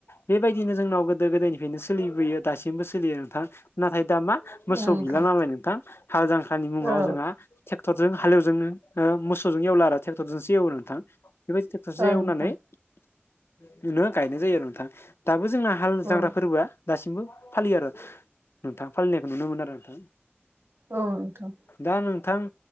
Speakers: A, on the left; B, on the right.
A: बेबायदिनो जोंनाव गोदो गोदायनिफ्रायनो सोलिबोयो दासिमबो सोलियो नोंथां नाथाय दा मा मोसौ
B: नोंथां
A: गैला नालाय नोंथां हाल जांख्रानि मुङाव
B: औ नोंथां औ
A: जोंहा ट्रेक्टरजों हालेवजों मोसौजों एवला आरो ट्रेक्टरजोंसो एवो नोंथां बेबायदि ट्रेक्टरसो
B: औ
A: एवनानै
B: नोंथां
A: <unintelligible> गायनाय जायो आरो नोंथां दाबो जोंना हाल
B: औ
A: जांख्रा फोरबोआ दासिमबो फालियो आरो नोंथाङा फालिनायखौ नुनो मोनो आरो नोंथां
B: औ नोंथां
A: दा नोंथां